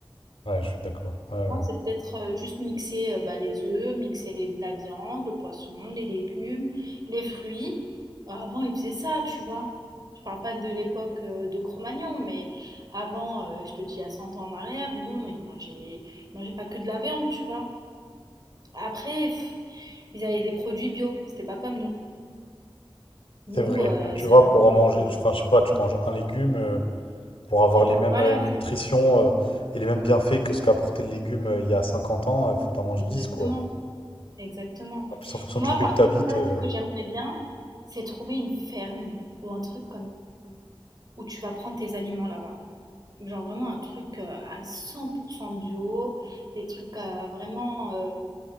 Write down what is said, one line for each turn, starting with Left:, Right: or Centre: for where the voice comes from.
Left: Ouais, je suis d'accord. Ouais,
Right: Moi,
Left: ouais.
Right: c'est peut-être euh, juste mixer euh, bah, les œufs, mixer les, la viande, le poisson, les légumes, les fruits. Euh, avant, ils faisaient ça, tu vois. Je parle pas de l'époque euh, de Cro-Magnon, mais avant, euh, je te dis à 100 ans en arrière, bon, ils mangeaient, ils mangeaient pas que de la viande, tu vois. Après, pff, ils avaient des produits bio, c'était pas comme nous. Nous,
Left: C'est vrai.
Right: euh,
Left: Tu
Right: c'est
Left: vois,
Right: vraiment
Left: pour
Right: des
Left: en manger,
Right: produits.
Left: tu- enfin, je sais pas, tu manges un légume. euh, pour avoir
Right: C'est pas,
Left: les mêmes
Right: voilà,
Left: euh, nutritions
Right: c'est-
Left: euh, et les mêmes bienfaits que ce qu'apportait le légume euh, il y a 50 ans, il faut que tu en manges
Right: exactement.
Left: 10 quoi.
Right: Exactement.
Left: En plus, en fonction
Right: Moi,
Left: du pays
Right: par
Left: où tu
Right: contre,
Left: habites,
Right: là,
Left: euh,
Right: ce que j'aimerais bien, c'est trouver une ferme ou un truc comme où tu vas prendre tes aliments là-bas. Genre vraiment un truc euh, à 100% bio, des trucs euh, vraiment, euh,